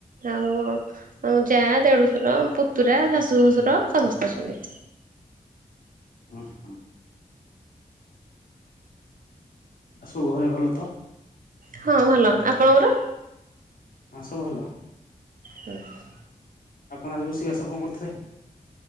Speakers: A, on the right; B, on the left.
A: ଆଉ ଆମ ଯା ଦେଢ଼ୁଶ୍ୱର ପୁତୁରା ଶାଶୁ ଶ୍ୱଶୁର ସମସ୍ତେ ଅଛନ୍ତି।
B: ହୁଁ ହୁଁ। ଆସବୁ ଘରେ ଭଲ ତ।
A: ହଁ ଭଲ ଆପଣଙ୍କର।
B: ହଁ ସବୁ ଭଲ।
A: ହୁଁ ହୁଁ।
B: ଆପଣ ଆଜି ରୋଷେଇ ବାସ କଣ କରୁଥିଲେ।